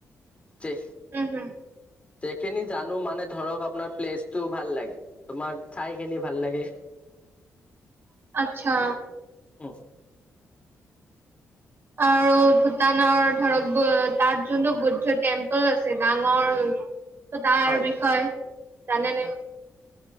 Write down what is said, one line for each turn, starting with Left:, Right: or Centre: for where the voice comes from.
Left: যে
Right: উম হম
Left: যেখিনি জানো মানে ধৰক আপোনাৰ প্লেচটো ভাল লাগে, তোমাৰ ঠাইখিনি ভাল লাগে।
Right: আচ্ছা
Left: উম
Right: আৰু ভূটানৰ ধৰক অ তাত যোনটো বুদ্ধ টেম্পল আছে ডাঙৰ ত তাৰ
Left: হয়
Right: বিষয়ে জানেনে?